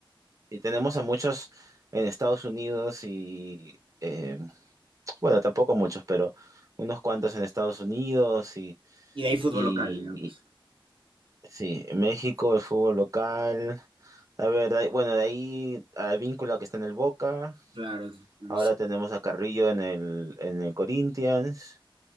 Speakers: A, on the right; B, on the right.
A: Y tenemos a muchos en Estados Unidos y, eh, bueno, tampoco muchos, pero unos cuantos en Estados Unidos y,
B: Y de ahí fútbol
A: y-
B: local, digamos.
A: y- sí, México, el fútbol local. A ver, de ahí- bueno, de ahí a Víncula que está en el Boca.
B: Claro, es Luis.
A: Ahora tenemos a Carrillo en el, en el Corinthians.